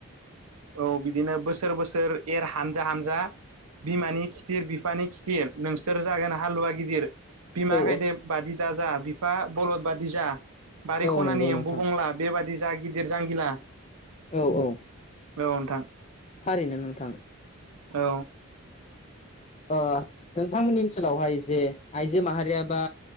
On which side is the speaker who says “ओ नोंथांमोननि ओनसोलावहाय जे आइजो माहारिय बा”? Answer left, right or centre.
Left